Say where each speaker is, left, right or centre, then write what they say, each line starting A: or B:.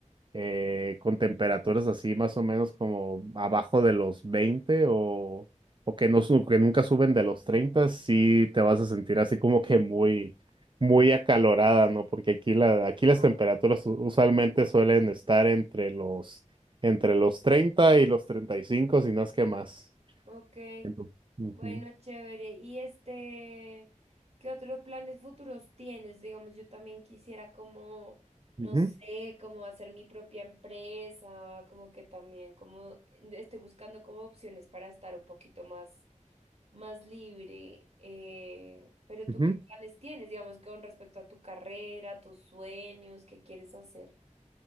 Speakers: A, on the right (about 40°); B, on the right (about 55°).
A: eh, con temperaturas así más o menos como abajo de los 20 o, o que, no, su- que nunca suben de los treinta sí te vas a sentir así como que muy, muy acalorada, ¿no? Porque aquí, la, aquí las
B: Ah.
A: temperaturas u- usualmente suelen estar entre los, entre los 30 y los treinta y cinco si no es que más.
B: Ok.
A: Ento- Ujú,
B: Bueno, chévere. Y este, ¿qué otros planes futuros tienes? Digamos, yo también quisiera como, no
A: ujú,
B: sé, como hacer mi propia empresa, como que también, como estoy buscando como opciones para estar un poquito más, más libre. Eh, pero tú,
A: ujú.
B: ¿qué planes tienes? Digamos, con respecto a tu carrera, tus sueños, ¿qué quieres hacer?